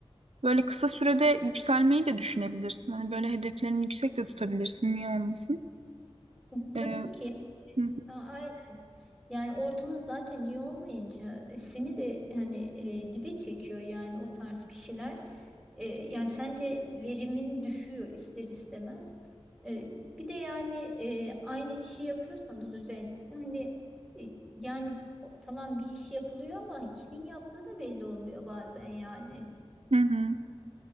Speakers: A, on the right; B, in the centre.
A: Böyle kısa sürede yükselmeyi de düşünebilirsin. Hani böyle hedeflerini yüksek de tutabilirsin. Niye olmasın?
B: Tabii
A: Ee,
B: ki
A: hı
B: a- Yani ortamın zaten iyi olmayınca e, seni de hani e, dibe çekiyor yani o tarz kişiler. E, yani sen de verimin düşüyor ister istemez. E, bir de yani e, aynı işi yapıyorsanız özellikle hani e, yani o- tamam bir iş yapılıyor ama kimin yaptığı da belli olmuyor bazen yani.
A: hı. hı.